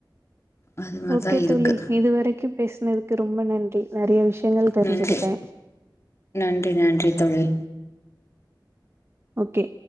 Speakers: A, on the left; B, on the right.
A: அது மாரிதா
B: ஓகே
A: இருக்கு
B: தோழி இதுவரைக்கு பேசுனதுக்கு ரொம்ப நன்றி நெறைய விஷ்யங்கள் தெரிஞ்சுகிட்டே
A: நன்றி நன்றி நன்றி தோழி
B: ஓகே